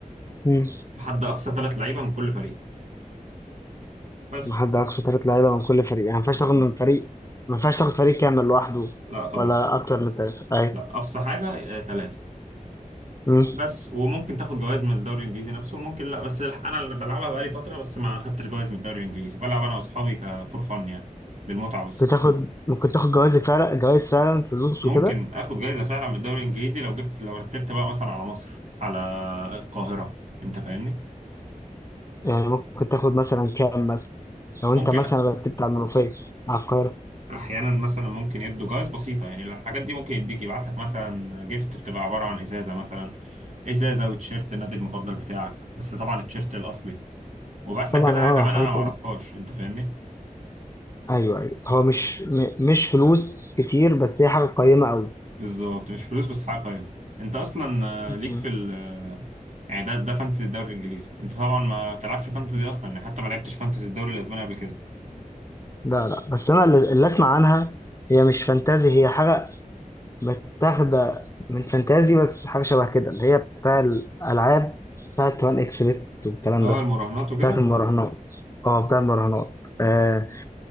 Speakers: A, on the left (about 20°); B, on the right (about 55°).
A: امم
B: بحد اقصى ثلاث لعيبه من كل فريق بس
A: ما حد اقصى ثلاث لعيبة من كل فريق يعني ما ينفعش
B: بالظبط
A: تاخد من فريق ما ينفعش تاخد فريق كامل لوحده
B: لا طبعا
A: ولا اكتر من ثلاثة اي
B: لا اقصى حاجه ثلاثه
A: امم
B: بس وممكن تاخد جوائز من الدوري الانجليزي نفسه وممكن لا بس الح- انا اللي بلعبها بقالي فتره بس ما خدتش جوائز من الدوري الانجليزي بلعب انا واصحابي كفور فن يعني للمتعه بس
A: بتاخد ممكن تاخد جوائز فعلا جوائز فعلا فلوس
B: ممكن
A: وكده
B: اخد جائزه فعلا من الدوري الانجليزي لو جبت لو رتبت بقى مثلا على مصر على القاهره انت فاهمني
A: يعني ممكن تاخد مثلا كام مثلا لو انت
B: ممكن
A: مثلا رتبت على المنوفية على القاهرة
B: احيانا مثلا ممكن يدوا جوائز بسيطه يعني الحاجات دي ممكن يديك يبعت لك مثلا جيفت بتبقى عباره عن ازازه مثلا ازازه وتيشيرت النادي المفضل بتاعك بس طبعا التيشيرت الاصلي وبعت
A: طبعا
B: لك كذا
A: اه
B: حاجه كمان
A: حلو
B: انا ما اعرفهاش انت فاهمني
A: ايوه ايوه هو مش م- مش فلوس كتير بس هي حاجه قيمه قوي
B: بالظبط مش فلوس بس حاجه قيمه انت اصلا
A: مم.
B: آه، ليك في ال آه، يعني ده ده فانتزي الدوري الانجليزي انت طبعا ما بتلعبش فانتزي اصلا يعني حتى ما لعبتش فانتزي الدوري الاسباني قبل كده
A: لا لا بس انا اللي اللي اسمع عنها هي مش فانتازي هي حاجه متاخده من فانتازي بس حاجه شبه كده اللي هي بتاع الالعاب بتاعت وان اكس بت والكلام
B: اه
A: ده
B: المراهنات وكده
A: بتاعت مم. المراهنات اه بتاع المراهنات آه